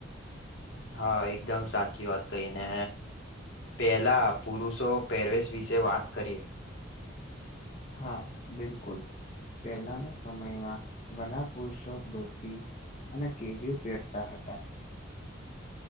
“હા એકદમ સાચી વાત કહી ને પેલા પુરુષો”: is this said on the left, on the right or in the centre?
Left